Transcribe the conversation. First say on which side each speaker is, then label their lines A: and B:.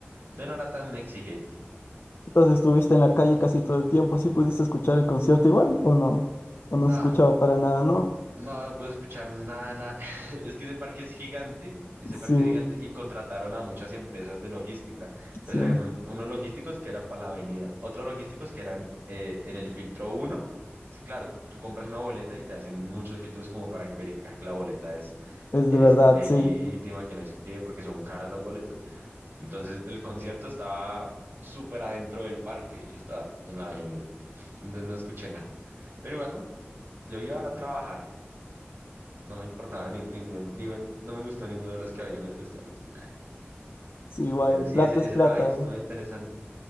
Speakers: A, on the right; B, on the left.
A: Yo no era tan exigente.
B: Entonces estuviste en la calle casi todo el tiempo, ¿sí pudiste escuchar el concierto igual o no? ¿O no
A: No,
B: se escuchaba para nada, no?
A: no, no puedo escuchar nada, nada. <laughs> Es que ese parque es gigante, ese parque
B: Sí,
A: es gigante y contrataron a muchas empresas de logística. Entonces
B: sí,
A: habían un- unos logísticos que eran para la avenida, otros logísticos que eran eh, en el filtro uno. Es que claro, tú, tú compras una boleta y te hacen muchos filtros como para que- verificar que la boleta es,
B: es
A: es,
B: de verdad,
A: es legítima,
B: sí.
A: que no sé qué, porque son caras las boletas. Entonces el concierto estaba súper adentro del parque y yo estaba en la avenida. Entonces no escuché nada. Pero igual no, yo iba ahora a trabajar. No me importaba ni- ningún, ningún, no me gustó ninguno de los que había en el festival. entonces, nada.
B: Sí, igual,
A: Pero sí,
B: plata
A: ese,
B: es
A: ese
B: plata,
A: trabajito estuvo
B: ¿eh?
A: interesante.